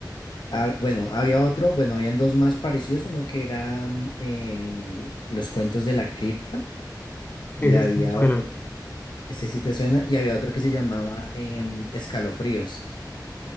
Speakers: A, on the left; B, on the left.
A: Ah, bueno, había otro, bueno, habían dos más parecidos, uno que era mm, eh, Los cuentos de la cripta y
B: Ese
A: había
B: sí me suena.
A: otro, ese sí te suena, y había otro que se llamaba em, Escalofríos,